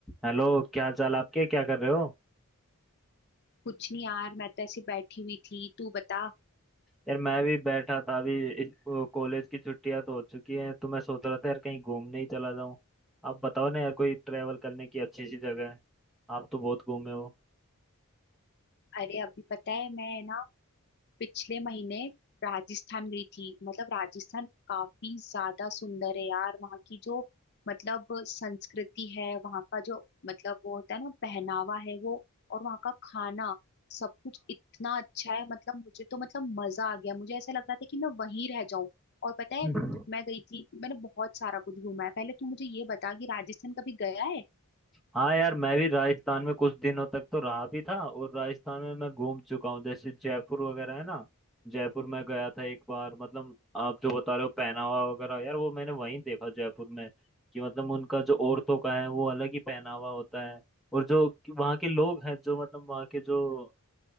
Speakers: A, in the centre; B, on the left (about 50°).
A: Hello क्या हाल चाल आपके क्या कर रहे हो
B: कुछ नहीं यार मैं तो ऐसी बैठी हुई थी तू बता
A: यार मैं भी बैठा था अभी इस कॉलेज की छुट्टियां तो हो चुकी हैं तो मैं सोच रहा था यार कहीं घूमने ही चला जाऊं आप बताओ ना यार कोई ट्रैवल करने की अच्छी सी जगह है आप तो बहुत घूमे हो
B: अरे अभी पता है मैं ना पिछले महीने राजस्थान गई थी मतलब राजस्थान काफी ज्यादा सुंदर है यार वहाँ की जो मतलब संस्कृति है वहाँ का जो मतलब वो होता है ना पहनावा है वो और वहाँ का खाना सब कुछ इतना अच्छा है मतलब मुझे तो मतलब मजा आ गया मुझे ऐसा लग रहा था कि मैं वहीं रह जाऊं और पता है
A: हाँ
B: मैं गई थी मैंने बहुत सारा कुछ घूमा है पहले तू मुझे ये बता कि राजस्थान कभी गया है
A: हाँ यार मैं भी राजस्थान में कुछ दिनों तक तो रहा भी था और राजस्थान में मैं घूम चुका हूँ जैसे जयपुर वगैरह है ना जयपुर में गया था एक बार मतलब आप जो बता रहे हो पहनावा वगैरह यार वो मैंने वहीं देखा जयपुर में कि मतलब उनका जो औरतों का है वो अलग ही पहनावा होता है और जो कि वहाँ के लोग हैं जो मतलब वहाँ के जो